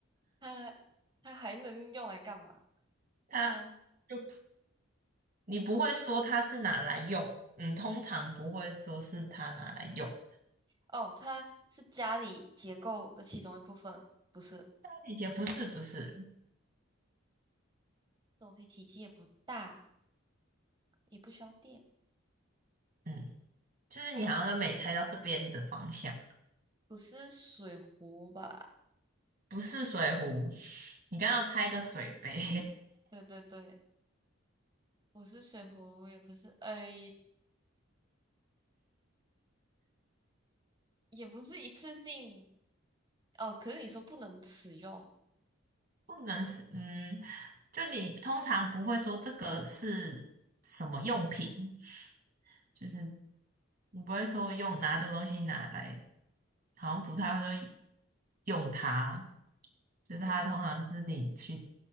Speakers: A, on the right (about 20°); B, on the right (about 45°).
A: 它它还能用来干嘛？
B: <laughs> 它。
A: 它
B: 就。你不会说它是拿来用，嗯，通常不会说是它拿来用。
A: 哦，它是家里结构的其中一部分，不是
B: 理姐不是不是，
A: 东西体积也不大，也不需要电，
B: 嗯，就是你好像都没猜到这边的方向，
A: 不是水壶吧？
B: 不是水壶，<laughs> 你刚刚要猜个水杯，
A: 对对对，不是水壶，也不是，哎，也不是一次性。哦，可是你说不能使用，
B: <laughs> 不能是，嗯，就你通常不会说这个是什么用品，就是你不会说用拿这个东西拿来，好像不太会说用它，就是它通常是你去
A: 我